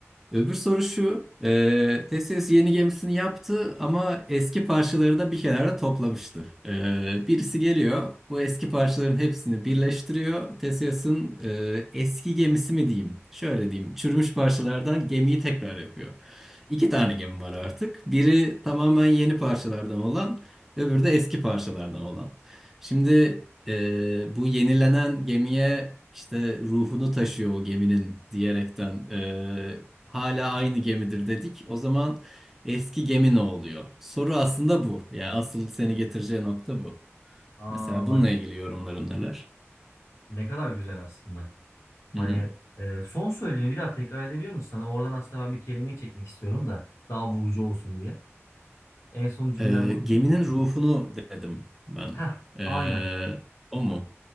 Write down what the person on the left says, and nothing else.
Aa
bak
ne kadar güzel aslında. Hani
e, son söylediğini bir daha tekrar edebilir misin? Hani oradan aslında ben bir kelimeyi çekmek istiyorum da daha vurucu olsun diye. En son cümlem
vardı
ya.
Heh,
aynen.